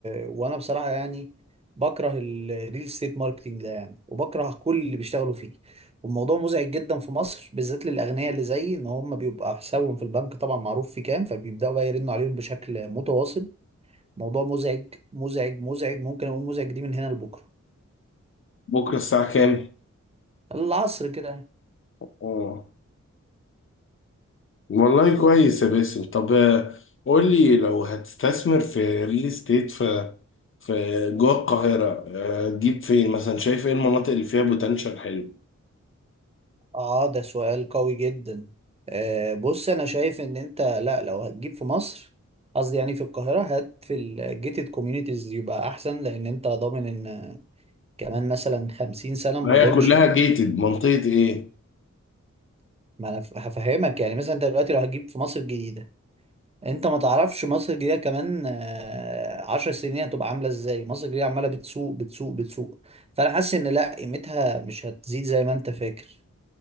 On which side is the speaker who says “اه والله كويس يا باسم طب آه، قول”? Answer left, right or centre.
Left